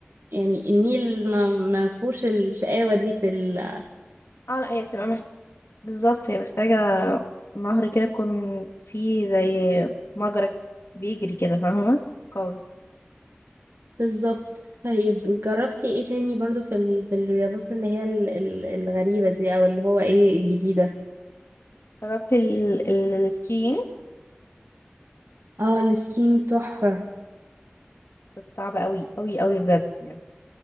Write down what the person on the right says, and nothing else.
يعني النيل ما, ما فيهوش الشقاوة دي في ال...
بالظبط طيب جربتي ايه تاني برضو في ال... في الرياضات اللي هي ال... ال- الغريبة دي او اللي هو ايه الجديدة
اه السكينج تحفة